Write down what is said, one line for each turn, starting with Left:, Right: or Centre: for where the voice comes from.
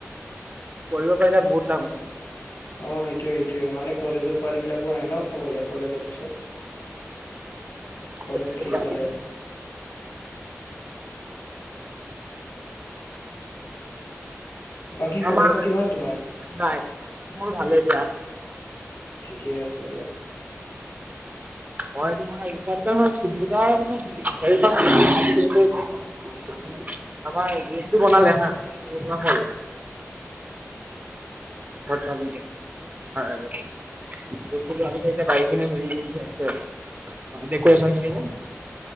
Right: কৰিব পাৰিলে বহুত লাভ আছিলে।
Left: অঁ' সেইটোয়ে সেইটোয়ে মানে কলেজৰ পোৱালী বিলাকো আহে ন' খাবলৈ কলেজৰ পিছত। <unintelligible>
Right: <unintelligible>
Left: শেষ <unintelligible> বাকী
Right: আমাৰ
Left: খবৰ খাতি ভাল তোমাৰ?
Right: নাই, মোৰ ভালে দিয়া।
Left: ঠিকেই আছে দিয়া।
Right: হয় তোমাৰ এ <unintelligible> মানে <unintelligible> আমাৰ জিমটো বনালে হা তিনি মাহ হ'ল। <unintelligible> <unintelligible>